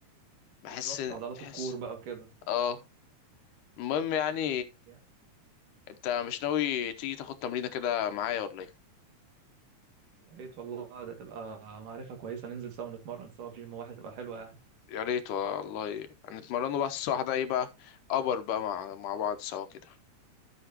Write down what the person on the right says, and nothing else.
<laughs>
بالظبط عضلات
الكور بقى وكده
يا
يا ريت والله ده تبقى معرفه كويسه ننزل سوا نتمرن سوا في جيم واحد تبقى حلوه يعني